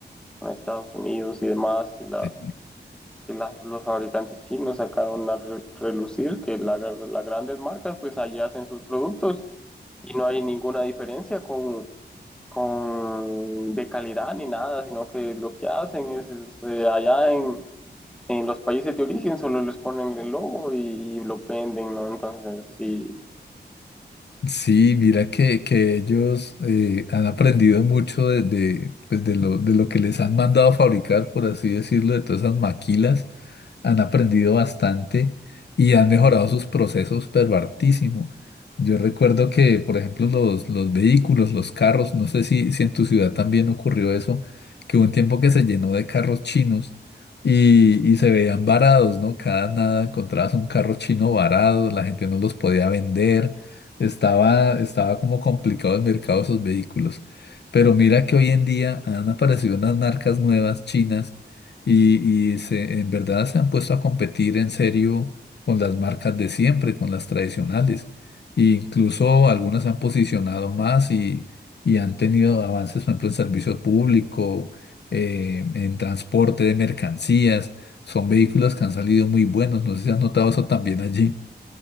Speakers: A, in the centre; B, on the left (about 70°).
A: con Estados Unidos y demás, que las,
B: Sí.
A: que las, los fabricantes chinos sacaron a re- relucir, que la- las grandes marcas, pues allá hacen sus productos y no hay ninguna diferencia con, con de calidad ni nada, sino que lo que hacen es, es, eh, allá en, en los países de origen solo les ponen el logo y, lo venden, ¿no? Entonces, sí,
B: Sí, mira que, que ellos eh, han aprendido mucho de, de, pues de lo, de lo que les han mandado a fabricar, por así decirlo, de todas esas maquilas. Han aprendido bastante y han mejorado sus procesos, pero hartísimo. Yo recuerdo que, por ejemplo, los, los vehículos, los carros, no sé si, si en tu ciudad también ocurrió eso, que hubo un tiempo que se llenó de carros chinos y, y se veían varados, ¿no? Cada nada encontrabas un carro chino varado, la gente no los podía vender. Estaba, estaba como complicado el mercado de esos vehículos. Pero mira que hoy en día han aparecido unas marcas nuevas chinas y, y se, en verdad se han puesto a competir en serio con las marcas de siempre, con las tradicionales. E incluso algunas se han posicionado más y, y han tenido avances, por ejemplo, en servicio público, eh, en transporte de mercancías. Son vehículos que han salido muy buenos. No sé si has notado eso también allí.